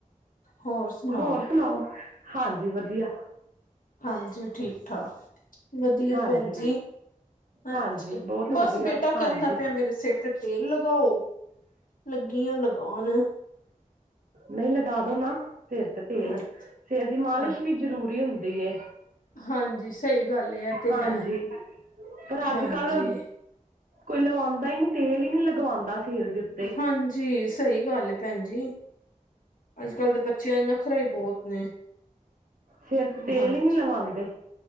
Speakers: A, on the left; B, on the right.
A: ਹੋਰ ਸੁਨਾ
B: ਹੋਰ ਸੁਨਾਓ। ਹਾਂਜੀ, ਵਧੀਆ।
A: ਹਾਂਜੀ, ਠੀਕ-ਠਾਕ। ਵਧੀਆ
B: ਹਾਂਜੀ
A: ਭੈਣ ਜੀ,
B: ਹਾਂਜੀ
A: ਅੱਛਾ
B: ਬਹੁਤ
A: ਬਸ
B: ਵਧੀਆ
A: ਬੇਟਾ
B: ਹਾਂਜੀ
A: ਕੈਂਦਾ ਪੇਆ ਮੇਰੇ ਸਿਰ ਤੇ ਤੇ ਲਗਾਓ, ਲੱਗੀਆਂ ਲਗਾਨ।
B: ਨਈਂ, ਲਗਾ ਦੋ ਨਾ ਸੇਰ ਤੇ ਤੇਲ।
A: ਹਾਂਜੀ
B: ਸੇਰ ਦੀ ਮਾਲਿਸ਼
A: ਹਾਂਜੀ
B: ਵੀ ਜ਼ਰੂਰੀ ਹੁੰਦੀ ਏ।
A: ਹਾਂਜੀ ਸਹੀ ਗੱਲ ਏ, ਐ ਤੇ
B: ਹਾਂਜੀ
A: ਹੈ,
B: ਪਰ ਅੱਜ
A: ਹਾਂਜੀ।
B: ਕੱਲ ਕੋਈ ਲਵਾਂਦਾ ਈਨੀ ਤੇਲ ਈ ਨੀ ਲਗਵਾਂਦਾ ਸੇਰ ਦੇ ਉੱਤੇ
A: ਹਾਂਜੀ, ਸਈ ਗੱਲ ਏ, ਭੈਣ ਜੀ। ਅੱਜ-ਕੱਲ੍ਹ ਦੇ ਬੱਚੇਆਂ 'ਚ ਨੱਖਰੇ ਈ ਬੋਤ ਨੇ।
B: ਸੇਰ ਤੇ ਤੇਲ
A: ਹਾਂਜੀ
B: ਈ ਨੀਂ ਲਵਾਂਦੇ।